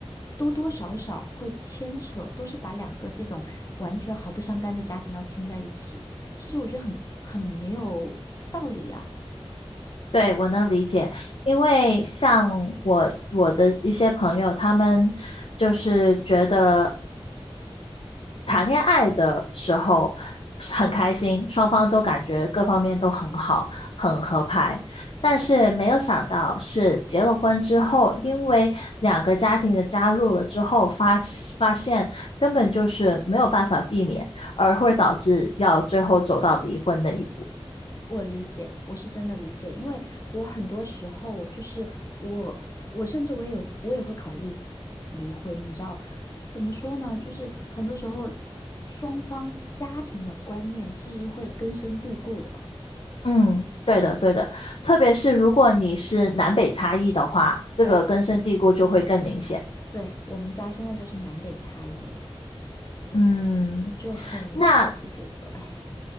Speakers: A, on the left; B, on the left.
A: 多多少少会牵扯，都是把两个这种完全毫不相干的家庭要牵在一起，其实我觉得很很没有道理啊。
B: 对，我能理解，因为像我我的一些朋友，他们就是觉得。谈恋爱的时候是很开心，双方都感觉各方面都很好，很合拍。但是没有想到是结了婚之后，因为两个家庭的加入了之后，发发现根本就是没有办法避免，而会导致要最后走到离婚那一步。
A: 我理解，我是真的理解，因为我很多时候就是我，我甚至我也有我也会考虑离婚，你知道，怎么说呢？就是很多时候双方家庭的观念其实是会根深蒂固的。
B: 嗯，对的，对的。特别是如果你是南北差异的话，这个根深蒂固就会更明显。
A: 对，对，我们家现在就是南北差异，
B: 嗯。
A: 就很，
B: 那。
A: 我就觉得，哎。